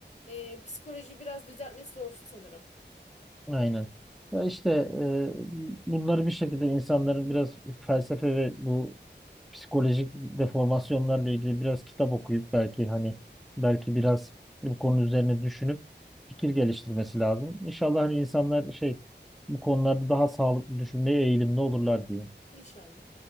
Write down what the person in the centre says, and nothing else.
Aynen. Ya işte e, bunları bir şekilde insanların biraz felsefe ve bu psikolojik deformasyonlarla ilgili biraz kitap okuyup belki hani belki biraz bu konu üzerine düşünüp fikir geliştirmesi lazım. İnşallah hani insanlar şey bu konularda daha sağlıklı düşünmeye eğilimli olurlar diye.